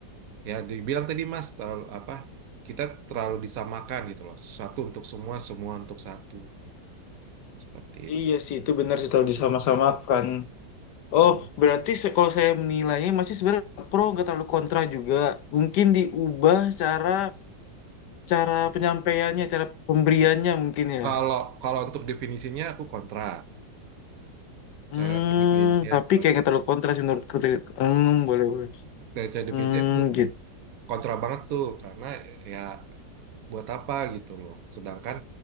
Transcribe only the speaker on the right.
ya dibilang tadi mas terlalu apa kita terlalu disamakan gitu loh satu untuk semua semua untuk satu seperti itu.
Dan
Kalau kalau untuk definisinya aku kontra.
Cara pendefinisinya
kan.
Dari Secara definisinya
aku
kontra banget tuh karena ya buat apa gitu loh. Sedangkan